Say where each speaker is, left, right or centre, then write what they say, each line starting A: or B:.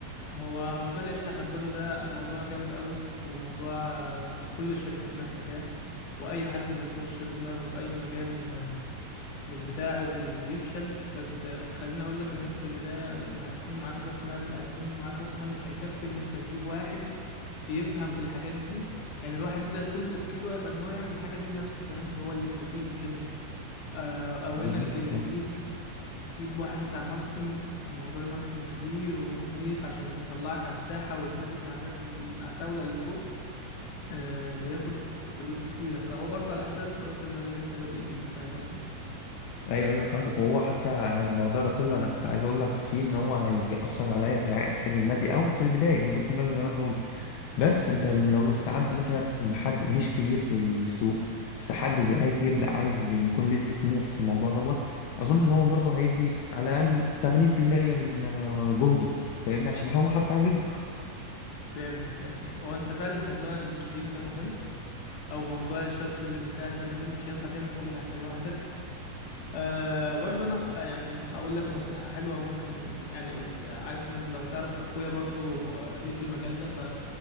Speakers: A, on the left; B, on the left.
A: هو موضوع العيش لخبازه ده موضوع جامد قوي وموضوع آه، كل الشركات محتاجاه واي حد بيخش بدماغه في اي مجال مش بتاعه بي بيفشل بس آه، خليني اقول لك ان انت في البداية لما هتكون معاك راس مال هيكون معاك راس مال مش هيكفي ان انت تجيب واحد بيفهم في الحاجات دي يعني الواحد ده كل تفكيره هيبقى ان هو يعمل الحاجة دي لنفسه فاهم هو اللي يستفيد مش انت آه، او
B: بالظبط
A: انك ت- تجيب تجيب واحد بتاع ماركتينج الموضوع الماركتينج كبير وعميق عشان يطلعك على الساحة ويتنافس مع الناس العتاولة اللي فوق آه، بياخد فلوس كتيرة فهو برضه على حسب راس المال اللي انت بادئ بيه فاهم قصدي
B: ايوه ايوه فهمتك وهو حتى الموضوع ده كله انا كنت عايز اقول لك فيه ان هو هيأثر عليا في العائد المادي او في البدايه اللي راس المال زي ما انت قلت بس انت لو استعنت مثلا بحد مش كبير في السوق بس حد بي- عايز يبدأ عايز يكون ليه طموح في الموضوع دوت اظن ان هو برضه هيدي على الاقل 80% من آه، جهده فاهمني عشان هو حتى عايز يكبر
A: فهمتك ايوه هو انت فعلا موضوع الشريك ده مهم او موضوع الشخص اللي بيساعد ده مهم مش هينفع تعمل كل حاجه لوحدك آه برضو انا يعني اقول لك نصيحه حلوه ممكن يعني أقول عارف انت لو تعرف اخويا برضو آه، ليه في المجال ده ف